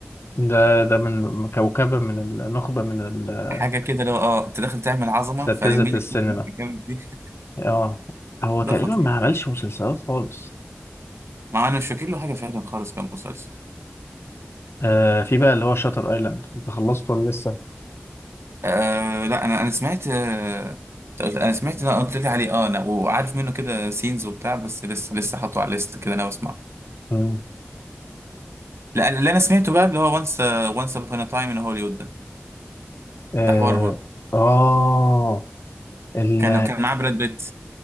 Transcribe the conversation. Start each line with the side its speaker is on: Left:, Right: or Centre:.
Left: ده ده من كوكبة من النخبة من ال-
Right: حاجه كده لو اه انت داخل تعمل عظمه
Left: اساتذة
Right: فلمي لي
Left: السينما
Right: كيف الجامد دي
Left: اه هو
Right: <laughs> ده
Left: تقريبا
Right: خطير
Left: ما عملش مسلسلات خالص
Right: مع انا مش فاكر له حاجه فعلا خالص كمسلسل
Left: آه في بقى اللي هو شاتر ايلاند انت خلصت ولا لسه
Right: آه لا انا انا سمعت آه قلت- انا سمعت انا قلت لي عليه اه انا وعارف منه كده سينز وبتاع بس لسه لسه حاطه على الليست كده انا بسمعه
Left: امم
Right: لا اللي انا سمعته بقى اللي هو وانس وانس ابون تايم ان هوليوود
Left: اه
Right: ده حوار برضه
Left: اه ال
Right: كان كان معاه براد بيت